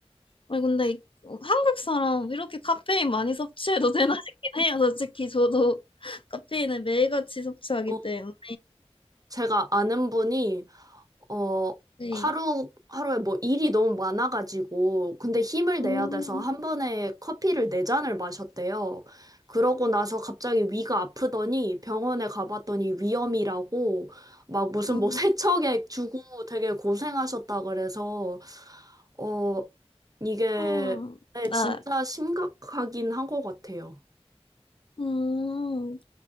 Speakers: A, on the left; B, on the right.
A: 아니, 근데 이- 어, 한국 사람 이렇게 카페인 많이 섭취해도 <laughs> 되나 싶긴 해요. 솔직히 저도 <laughs> 카페인을 매일같이 섭취하기
B: 어,
A: 때문에.
B: 제가 아는 분이 어
A: 네.
B: 하루 하루에 뭐 일이 너무 많아가지고 근데 힘을
A: 음,
B: 내야 돼서 한 번에 커피를 네 잔을 마셨대요. 그러고 나서 갑자기 위가 아프더니 병원에 가봤더니 위염이라고 막 무슨
A: 아,
B: 뭐 <laughs> 세척액 주고 되게 고생하셨다 그래서 어 이게
A: 음,
B: 네, 진짜
A: 나,
B: 심각하긴 한 것 같아요.
A: 음,